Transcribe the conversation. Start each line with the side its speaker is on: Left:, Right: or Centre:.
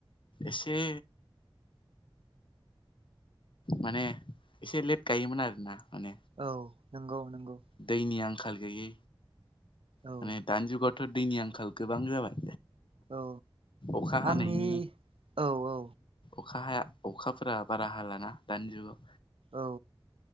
Left: एसे माने एसे लेट गायोमोन आरो ना माने
Right: औ नंगौ। नंगौ
Left: दायनि आंखाल गैयै
Right: औ
Left: माने दानजु गथ' दैनि आंखाल गोबां जाबाय
Right: औ
Left: अखा हानायनि
Right: आंनि औ औ
Left: अखा हाया अखाफोरा बारा हाालाना दानि जुगाव
Right: औ